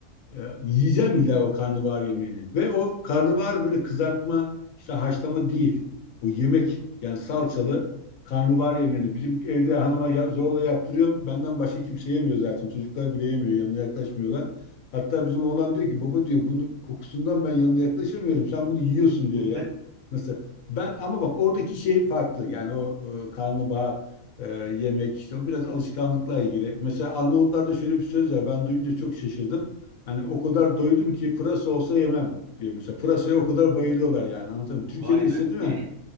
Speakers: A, on the left; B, on the right.
A: E, yiyeceğim illa o karnabahar yemeğini. Ve o karnabahar böyle kızartma, işte haşlama değil. O yemek yani salçalı karnabahar yemeğini. Bizim evde hanıma ya- zorla yaptırıyor. Benden başka kimse yemiyor zaten. Çocuklar bile yemiyor. Yanına yaklaşmıyorlar. Hatta bizim oğlan diyor ki baba diyor bunun kokusundan ben yanına yaklaşamıyorum. Sen bunu yiyorsun diyor
B: <laughs>
A: ya. Nasıl? Ben ama bak oradaki şey farklı. Yani o e, karnabahar e, yemek işte o biraz alışkanlıkla ilgili. Mesela Arnavutlarda şöyle bir söz var. Ben duyunca çok şaşırdım. Hani o kadar doydum ki pırasa olsa yemem diyor mesela. Pırasaya o kadar bayılıyorlar yani anlatamıyorum. Türkiye'de
B: Vay
A: ise
B: be.
A: değil
B: Ne
A: mi?